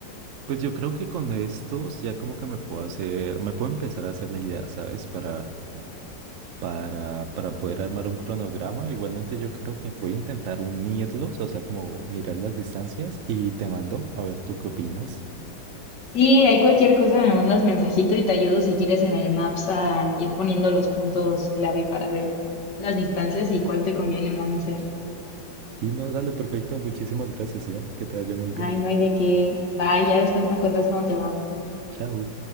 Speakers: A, on the right; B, on the left.
A: Pues yo creo que con estos ya como que me puedo hacer, me puedo empezar a hacer la idea, ¿sabes? Para, para, para poder armar un cronograma. Igualmente yo creo que voy a intentar unirlos, o sea, como mirar las distancias y te mando a ver tú qué opinas.
B: Sí, hay cualquier cosa, me mandas mensajito y te ayudo si quieres en el Maps a ir poniendo los puntos clave para ver las distancias y cuál te conviene más hacer.
A: Sí, no, dale, perfecto. Muchísimas gracias, Iván. Que te vaya muy bien.
B: Ay, no hay de qué. Bye, ya después me cuentas cómo te va.
A: Chao.